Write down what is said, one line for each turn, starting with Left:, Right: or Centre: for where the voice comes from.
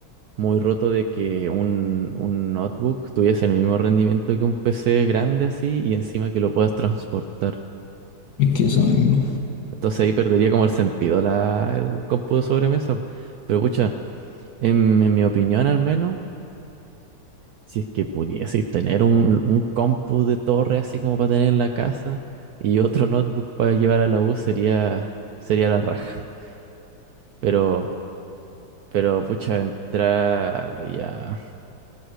Right: muy roto de que un, un notebook tuviese el mismo rendimiento que un PC grande así y encima que lo puedas transportar.
Left: es que eso mismo.
Right: Entonces ahí perdería como el sentido la, el cómputo de sobremesa. Pero pucha, en en mi opinión al menos. Si es que pudieseis tener un, un compu de torre así como para tener en la casa y otro notebook para llevar a la U sería, sería la raja. <laughs> Pero, pero pucha, entrar ya,